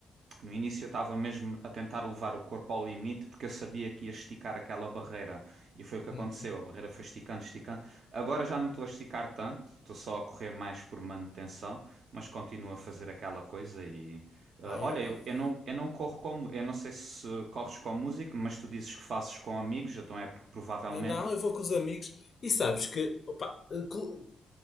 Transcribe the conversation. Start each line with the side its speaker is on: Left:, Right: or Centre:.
Right: No início eu estava mesmo a tentar levar o corpo ao limite porque eu sabia que ia esticar aquela barreira e foi o que aconteceu.
Left: Uhum.
Right: A barreira foi esticando, esticando. Agora já não estou a esticar tanto, estou só a correr mais por manutenção, mas continuo a fazer aquela coisa e eh,
Left: Ah,
Right: olha,
Left: eu não.
Right: eu,
Left: pô.
Right: eu não, eu não corro como, eu não sei se corres com música, mas tu dizes que fazes com amigos, então é porque provavelmente.
Left: Não, eu vou com os amigos e sabes que opa, co-